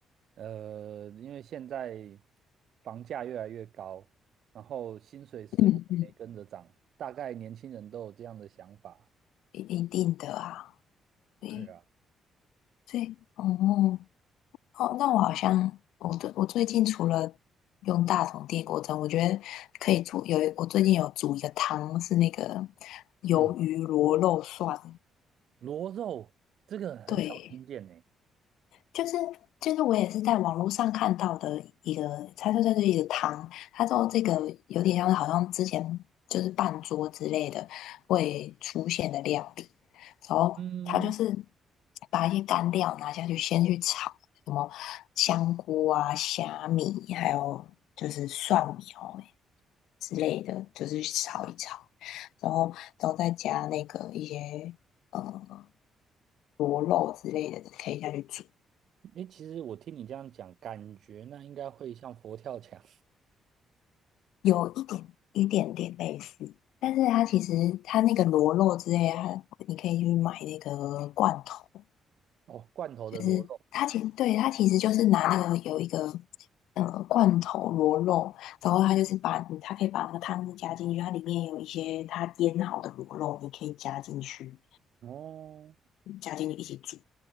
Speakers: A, on the right; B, on the left.
A: 呃，因为现在房价越来越高，然后薪水似乎也没跟着涨，
B: 嗯嗯，
A: 大概年轻人都有这样的想法。
B: 一一定的啊，对
A: 对啊，
B: 对，哦，哦，那我好像我最我最近除了用大同电锅蒸，我觉得可以做有我最近有煮一个汤，是那个鱿鱼螺肉蒜，
A: 嗯，螺肉这个很少听见呢。
B: 对，就是就是我也是在网络上看到的一个，他说就是一个汤，他说这个有点像是好像之前就是半桌之类的会出现的料理，然后他就是
A: 嗯，
B: 把一些干料拿下去先去炒，什么香菇啊、虾米，还有就是蒜苗之类的，就是炒一炒，然后然后再加那个一些呃螺肉之类的可以下去煮。
A: 诶，其实我听你这样讲，感觉那应该会像佛跳墙
B: 有一点一点点类似，但是它其实它那个螺肉之类的它你可以去买那个罐头，
A: <laughs> 哦，罐头的螺肉
B: 就是它其实对它其实就是拿那个有一个呃罐头螺肉，然后它就是把它可以把那个汤汁加进去，它里面有一些它腌好的螺肉，你可以加进去，
A: 哦，
B: 加进去一起煮，